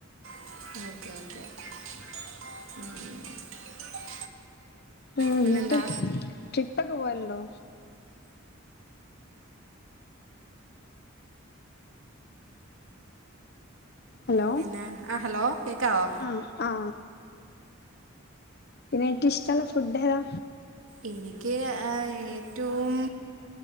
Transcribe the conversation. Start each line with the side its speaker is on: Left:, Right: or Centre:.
Right: <inaudible>
Left: ആ ഹാ
Right: പിന്നെന്താ
Left: ന്നട്ട്, ട്രിപ്പൊക്കെ പോവൽണ്ടോ? ഹലോ!
Right: പിന്നെ ആ ഹലോ കേൾക്കാവോ
Left: ആ ആ പിന്നെ ഏറ്റവുഷ്ടള്ള ഫുഡേതാ?
Right: എനിക്ക് ഏ ഏറ്റവും